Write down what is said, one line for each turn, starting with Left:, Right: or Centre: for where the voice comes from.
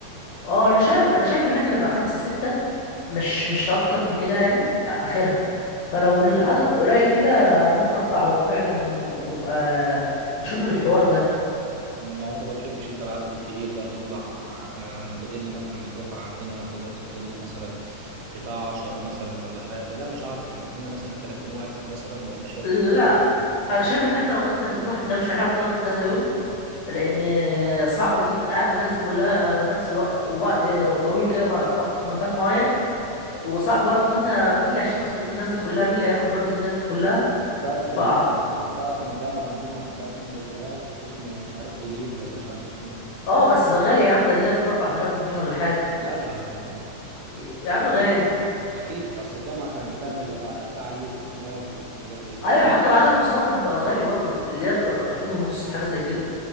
Left: اه انا شايف انا شايف ان احنا نبقى خمسة ستة مش مش اكتر من كده يعني آه، اخرها فلو العدد
Right: مم.
Left: قليل كده انا ممكن اطلع وفعلا ويبقى نشوف الحوار ده
Right: يعني انت ما بتحبش انت العدد الكبير بقى نطلع نا- ناخد لنا مثلا من الدفعة عندنا ناخد ناخد لنا مثلا بتاع 10 مثلا ولا حاجة لا مش 10 ناخد لنا مثلا 30 واحد مثلا ولا شايف
Left: لا
Right: الحوار هيمشي؟
Left: انا شايف ان احنا لو خدنا 30 واحد ده مش هنعرف نقعد كذا يوم لان صعب ان انت تقعد الناس دي كلها نفس الوقت وقت طويل كده مع- في وقت في مكان معين وصعب برضو ان انت مين اللي هيشيل مسؤولية الناس دي كلها مين اللي هياخد باله من الناس دي كلها
Right: تعرف
Left: ف
Right: ال... تعرف ان الجامعه عندنا عندها فندق في دهب اسمه مش عارف توليب ولا مش عارف اسمه ايه
Left: اه بس ده غالي يا عم ده الليلة فيه ب 4000 جنيه ولا حاجة
Right: لا يا عم
Left: يا يا عم غالي
Right: اكيد اصل الجامعه كانت بتعمل رع- بتاع عليه وخصومات وحاجات زي كده
Left: ايوه حتى بعد الخصومات كان بيبقى غالي برضو اللي هي بتبقى ب 2000 ونص حاجه زي كده